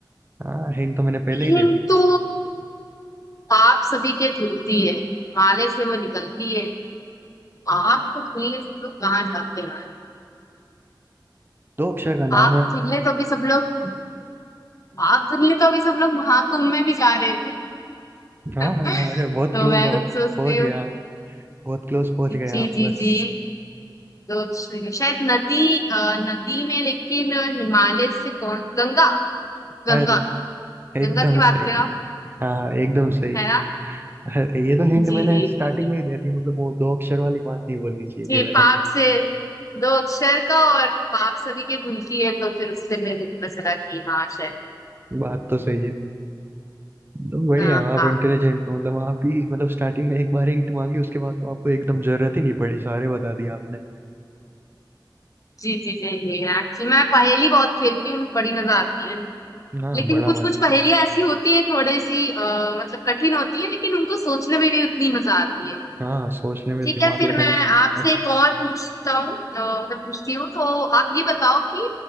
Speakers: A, on the right; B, on the left.
A: हाँ हिंट तो मैंने पहले
B: किंतु
A: ही दे दी
B: पाप सभी के धुलती है माले से वो निकलती है आप तो धुलने से तो कहाँ जाते हैं
A: दो अक्षर का नाम
B: आग
A: है
B: धुलने तो अभी सब लोग आग धुलने तो अभी सब लोग महाकुंभ में भी जा रहे थे
A: हाँ
B: <laughs>
A: हाँ, हाँ, अरे बहुत
B: तो
A: क्लोज
B: मैं
A: हो आप
B: कुछ सोचती
A: पहुंच
B: हूँ
A: गए आप बहुत क्लोज पहुंच
B: जी
A: गए आप
B: जी
A: बस
B: जी तो श- शायद नदी अ, नदी में लेकिन हिमालय से कौन गंगा गंगा
A: अरे एकदम
B: गंगा की बात
A: सही
B: कर रहा हूँ
A: हाँ हाँ, एकदम सही
B: है ना
A: अरे ये तो हिंट
B: जी
A: मैंने
B: जी
A: स्टार्टिंग
B: जी जी
A: में ही दे दी मतलब वो दो अक्षर वाली बात नहीं बोलनी चाहिए थी
B: जी
A: मैंने
B: पाप से दो अक्षर का और पाप सभी के मिलती है तो फिर उससे मेरे को पता चला कि हाँ शायद
A: बात तो सही है तो बढ़िया
B: हाँ
A: आप
B: हाँ
A: इंटेलिजेंट हो मतलब आप भी मतलब स्टार्टिंग में एक बार हिंट मांगी उसके बाद तो आपको एकदम जरूरत ही नहीं पड़ी सारे बता दिए आपने
B: जी जी जी जी एक्चुअली मैं पहेली बहुत खेलती हूँ बड़ी मजा आती है
A: हाँ
B: लेकिन
A: बड़ा
B: कुछ
A: मजा
B: कुछ पहेलियां ऐसी होती है थोड़ी सी अ, मतलब कठिन होती है लेकिन उनको सोचने में भी उतनी मजा आती है
A: हाँ सोचने में
B: ठीक
A: दिमाग
B: है फिर
A: लगाने
B: मैं आपसे
A: अच्छा
B: एक और पूछता हूँ अ, मतलब पूछती हूँ तो आप ये बताओ कि